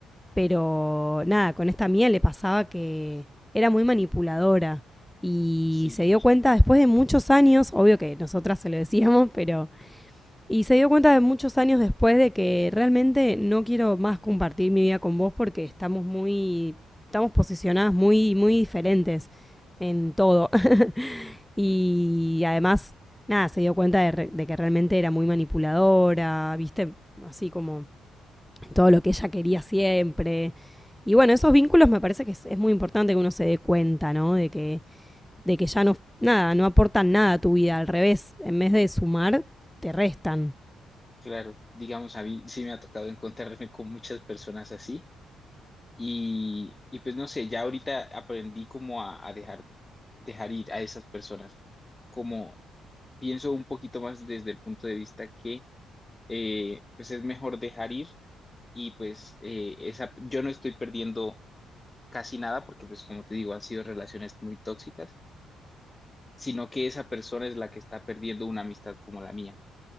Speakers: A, in the centre; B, on the left (about 20°).
A: Pero nada, con esta mía le pasaba que era muy manipuladora y
B: Sí,
A: se dio cuenta después de muchos años, obvio que nosotras se lo decíamos, <laughs> pero... Y se dio cuenta de muchos años después de que realmente no quiero más compartir mi vida con vos porque estamos muy... estamos posicionadas muy, muy diferentes en todo. <laughs> y además, nada, se dio cuenta de, re- de que realmente era muy manipuladora, viste, así como todo lo que ella quería siempre. Y bueno, esos vínculos me parece que es, es muy importante que uno se dé cuenta, ¿no? De que, de que ya no, nada, no aportan nada a tu vida, al revés, en vez de sumar, te restan.
B: Claro, digamos, a mí sí me ha tocado encontrarme con muchas personas así y, y pues no sé, ya ahorita aprendí como a, a dejar, dejar ir a esas personas, como pienso un poquito más desde el punto de vista que eh, pues es mejor dejar ir y pues eh, esa, yo no estoy perdiendo casi nada porque pues como te digo, han sido relaciones muy tóxicas, sino que esa persona es la que está perdiendo una amistad como la mía,